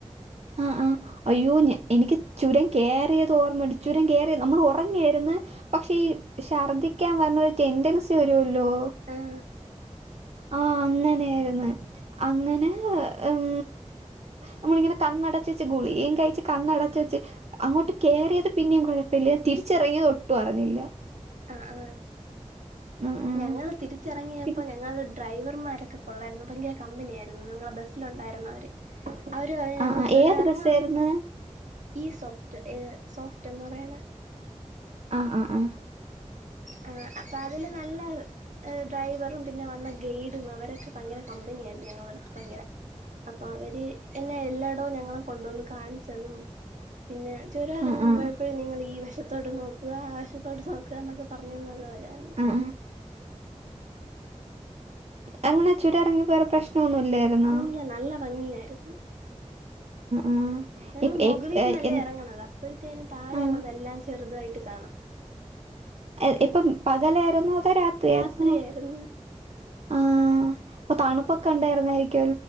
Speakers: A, on the right (about 55°); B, on the right (about 85°).
A: ആ ആഹ് അയ്യോ ഞ എനിക്ക് ചുരം കേറിയത് ഓർമ്മയുണ്ട് ചുരം കേറിയത് നമ്മള് ഒറങ്ങായാരുന്നു പക്ഷേ ഈ ശർദിക്കാൻ വരുന്ന ഒരു ടെണ്ടൻസി വരുവല്ലോ
B: ആഹ്
A: ആ അങ്ങനെയാര്ന്ന് അങ്ങനെ ഉം നമ്മളിങ്ങനെ കണ്ണടച്ച് വെച്ച് ഗുളികയും കഴിച്ച് കണ്ണടച്ച് വെച്ച് അങ്ങോട്ട് കേറിയത് പിന്നെയും കൊഴപ്പല്ലേ തിരിച്ചിറങ്ങിയത് ഒട്ടും അറിഞ്ഞില്ല
B: ആ ആ
A: ആഹ് ആഹ്
B: ഞങ്ങള് തിരിച്ചെറങ്ങിയപ്പോ
A: പിൻ
B: ഞങ്ങള് ഡ്രൈവർമാരൊക്കെ കൊള്ളായിരുന്നു ഭയങ്കര കമ്പനിയായിരുന്നു ഞങ്ങടെ ബസ്സില് ഒണ്ടായിരുന്നവര് അവര് പറയുവാ
A: ആഹ്
B: ഞങ്ങള്
A: ആഹ്
B: ചുരം
A: ഏത്
B: എ
A: ബസ്സായിരുന്നു?
B: റങ്ങാംന്ന് ഈ സോഫ്റ്റ് ഏ സോഫ്റ്റ് എന്ന് പറയണ
A: ആഹ് ആഹ്‌ ആ
B: ആ അപ്പൊ അതില് നല്ല ഡ്രൈവറും പിന്നെ വന്ന ഗൈഡും അവരൊക്കെ ഭയങ്കര കമ്പനി ആയിരുന്നു ഞങ്ങടെ അടുത്ത് ഭയങ്കര അപ്പൊ അവര് എന്നെ എല്ലായിടവും ഞങ്ങളെ കൊണ്ടുവന്ന് കാണിച്ചതും പിന്നെ ചുരം എറങ്ങാൻ
A: ആഹ് ആഹ് ആഹ് ആഹ്
B: പോയപ്പോഴും നിങ്ങൾ ഈ വേശ ത്തോട്ട് നോക്കുക ആ വശത്തോട്ട് നോക്കുക എന്നൊക്കെ പറ പറഞ്ഞുതന്നത് അവൻ വരാണ്
A: ആഹ് എങ്ങനാ ചുരം എറങ്ങിയപ്പോ വേറെ പ്രശ് ഒന്നുമില്ലായിരുന്നോ
B: ഇല്ല നല്ല ഭംഗിയായിരുന്നു
A: ആഹ്
B: ഞങ്ങള്
A: ഇപ്
B: മൊകളീന്നല്ലേ
A: ഇപ് എൻ
B: എറങ്ങണത് അപ്പോഴത്തേനും താഴെയൊ
A: ആഹ്
B: ള്ളതെല്ലാം ചെറുതായി ട്ട് കാണാം
A: എ ഇപ്പം പകലായിരുന്നോ അതോ തോ രാത്രിയായിരുന്നോ
B: രാത്രിയായിരുന്നു
A: ആ അപ്പോ തണുപ്പൊക്ക ഒണ്ടായിരുന്നായിരിക്കും